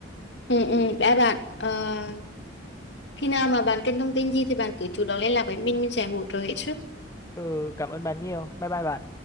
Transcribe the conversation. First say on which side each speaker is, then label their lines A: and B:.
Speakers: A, on the left (about 65°); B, on the left (about 15°).
A: ừ ừ đã bạn Ờ, khi nào mà bạn cần thông tin gì thì bạn cứ chủ động liên lạc với mình mình sẽ hỗ trợ hết sức
B: ừ, cảm ơn bạn nhiều bye bye bạn